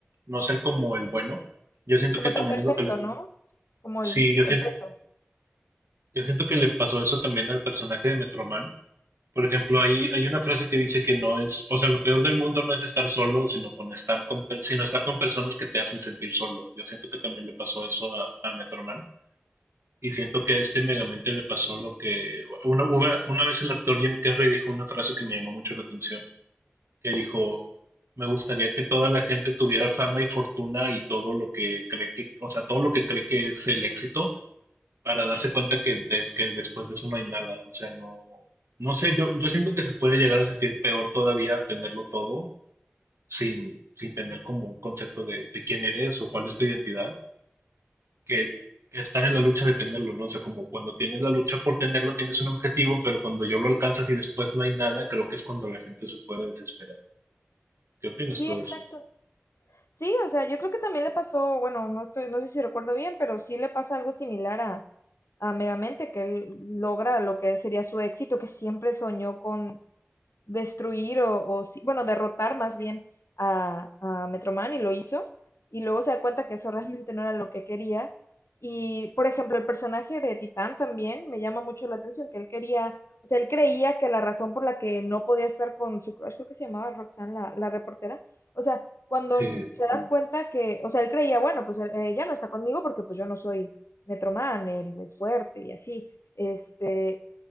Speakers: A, on the right; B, on the left.
A: no ser como el bueno. Yo siento
B: como
A: que también
B: tan perfecto,
A: es lo que le...
B: ¿no? Como
A: Sí,
B: el,
A: yo siento
B: el peso.
A: Yo siento que le pasó eso también al personaje de Metroman. Por ejemplo, hay, hay una frase que dice que no es, o sea, lo peor del mundo no es estar solo, sino con estar con, per- sino estar con personas que te hacen sentir solo. Yo siento que también le pasó eso a, a Metroman. Y siento que a este Megamente le pasó lo que una, una una vez el actor Jim Carrey dijo una frase que me llamó mucho la atención, que dijo, me gustaría que toda la gente tuviera fama y fortuna y todo lo que cree que, o sea, todo lo que cree que es el éxito, para darse cuenta que, des- que después de eso no hay nada. O sea, no, no sé, yo, yo siento que se puede llegar a sentir peor todavía tenerlo todo sin, sin tener como un concepto de, de quién eres o cuál es tu identidad, que, que estar en la lucha de tenerlo, ¿no? O sea, como cuando tienes la lucha por tenerlo, tienes un objetivo, pero cuando yo lo alcanzas y después no hay nada, creo que es cuando la gente se puede desesperar. ¿Qué opinas
B: Sí,
A: tú
B: exacto.
A: de eso?
B: Sí, o sea, yo creo que también le pasó, bueno, no estoy, no sé si recuerdo bien, pero sí le pasa algo similar a, a Megamente, que él logra lo que él sería su éxito, que siempre soñó con, destruir o, o sí- bueno, derrotar más bien a, a Metroman y lo hizo. Y luego se da cuenta que eso realmente no era lo que quería. Y, por ejemplo, el personaje de Titán también me llama mucho la atención, que él quería, o sea, él creía que la razón por la que no podía estar con su crush, creo que se llamaba Roxanne, la, la reportera, o sea, cuando
A: Sí.
B: se da Sí. cuenta que, o sea, él creía, bueno, pues eh, ya no está conmigo porque pues yo no soy Metroman, él es fuerte y así. Este,